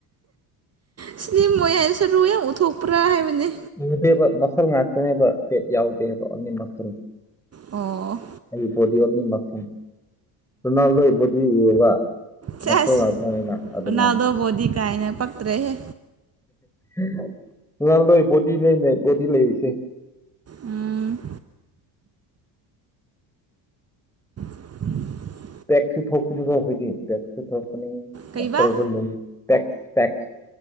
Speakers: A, on the right; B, in the centre.
A: ꯏꯁꯂ꯭ꫯꯝ ꯑꫭꯏ ꯍꯥꯏ ꯁꯔꯨ ꯌꯥꯝ ꯎꯠꯊꯣꯛꯄ꯭ꯔꯥ ꯍꯥꯏꯕꯅꯦ
B: ꯎꯗꯦꯕ ꯃꯁꯜ ꯉꯥꯛꯇꯅꯦꯕ ꯐꯦꯠ ꯌꯥꯎꯗꯦꯕ ꯑꯣꯟꯂꯤ ꯃꯁꯜ
A: ꯑꯣ
B: ꯑꯩ ꯕꯣꯗꯤ ꯑꯣꯟꯂꯤ ꯃꯁꯜ ꯔꯣꯅꯥꯜꯗꯣꯏ ꯕꯣꯗꯤ ꯎꯔꯕ ꯃꯁꯜ
A: ꯆꯁ
B: ꯉꯥꯛꯇꯅꯤꯅ ꯑꯗꯨꯃꯥꯏꯅ
A: ꯔꫭꯅꯥꯜꯗꯣ ꯕꫭꯗꯤ ꯀꯥꯥꯏꯅ ꯄꯛꯇꯔꯦꯍꯦ
B: ꯔꫭꯅꯥꯜꯗꯣꯏ ꯕꯣꯗꯤ ꯂꯩꯅꯦ ꯕꯣꯗꯤ ꯂꯩꯔꯤꯁꯦ
A: ꯎꯝ <unintelligible>
B: ꯄꯦꯛꯁꯨ ꯊꯣꯛꯄꯅꯤꯀꫭ ꯑꯩꯈꫭꯏꯗꯤ ꯄꯦꯛꯁꯨ ꯊꯣꯛꯄꯅꯤꯀꯅꯨ
A: ꯀꯩꯕꯥ
B: ꯃꯆꯥꯜꯗꯨ ꯂꯩ ꯄꯦꯛ ꯄꯦꯛꯁ